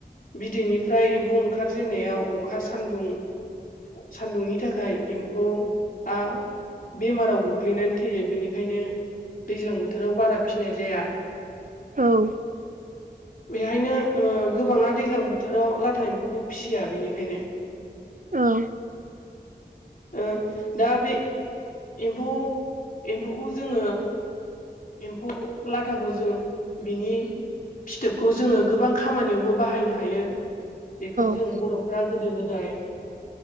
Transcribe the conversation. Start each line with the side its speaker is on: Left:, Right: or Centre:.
Left: बिदैनिफ्राय एम्फौ ओंखारजेननायाव अखा सान्दुं सान्दुंनि थाखाय एम्फौआ बेमाराव गोग्लैनानै थैयो। बेनिखायनो दैज्लां बोथोराव बारा फिनाय जाया।
Right: औ।
Left: बेहायनो ओ गोबाङा दैज्लां बोथोराव लाथा एम्फौखौ फिसिया बेनिखायनो।
Right: औ
Left: ओ दा बे एम्फौ एम्फौखौ जोङो एम्फौ लाथाखौ जों बिनि फिथोबखौ जोङो गोबां खामानियावबो बाहायनो हायो। बेखौ जों
Right: औ
Left: बर'फ्रा गोदो गोदाय